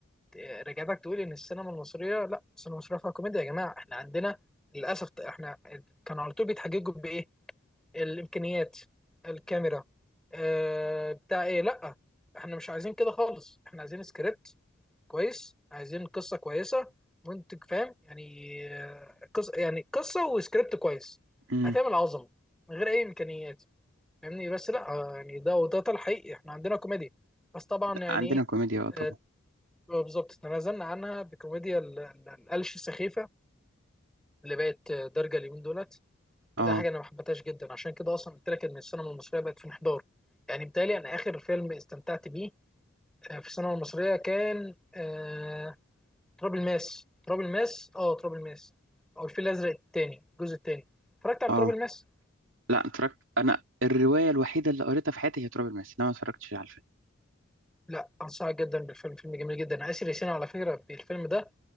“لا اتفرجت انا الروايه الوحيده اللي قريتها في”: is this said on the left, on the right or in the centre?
Right